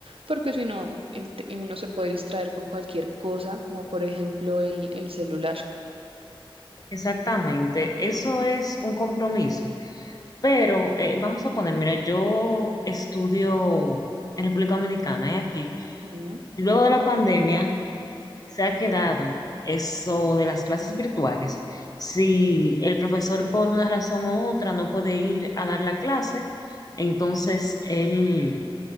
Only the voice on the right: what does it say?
porque si no, el te- uno se puede distraer con cualquier cosa, como por ejemplo el, el celular.
Ujú,
sí,